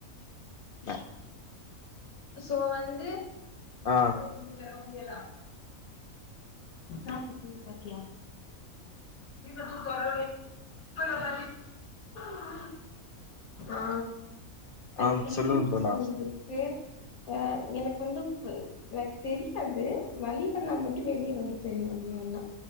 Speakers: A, on the left; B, on the left.
A: மே
B: சோ வந்து
A: ஆ
B: <unintelligible> நா <unintelligible> நீ பாத்தியா கத்தாத மா மா ஆ லைக்
A: ஆ
B: வந்து
A: சொல்லுங்க
B: எப்டி
A: தோழா
B: சொல்றதுக்கே அ எனக்கு வந்து பில் லைக் தெரியாது வலி வந்தா மட்டு வெளிய வந்துத் தெரியு அப்டி வேண்ணா